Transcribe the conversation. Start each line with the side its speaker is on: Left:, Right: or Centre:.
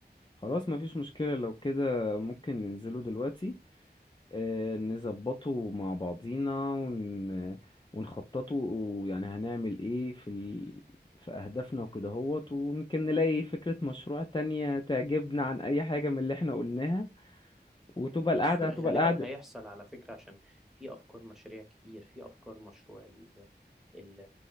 Left: خلاص مفيش مشكلة لو كده ممكن ننزله دلوقتي آه، نظبطه مع بعضينا ون... ونخططه يعني هنعمل ايه في ال... في أهدافنا وكده هوت وممكن نلاقي فكرة مشروع تانية تعجبنا عن أي حاجة من اللي احنا قلناها وتبقى القعدة
Centre: غالبا
Left: هتبقى القعدة
Centre: هيحصل على فكرة عشان في أفكار مشاريع كتير في أفكار مشروع ال ال